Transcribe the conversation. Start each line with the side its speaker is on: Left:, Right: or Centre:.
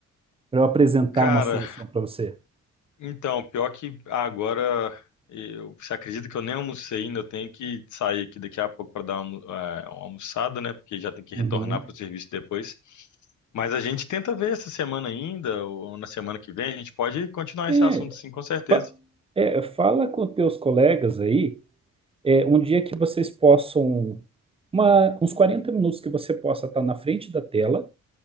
Right: Para eu apresentar
Left: cara,
Right: uma solução para você?
Left: Então, pior que agora eu, você acredita que eu nem almocei ainda, eu tenho que sair aqui daqui a pouco para dar uma, almo- eh, uma almoçada, né? Porque já tem que
Right: Uhum.
Left: retornar para o serviço depois. Mas a gente tenta ver essa semana ainda, ou na semana que vem, a gente pode continuar
Right: É,
Left: esse assunto, sim, com certeza.
Right: fa- é, fala com teus colegas aí, é, um dia que vocês possam, uma- uns 40 minutos que você possa estar na frente da tela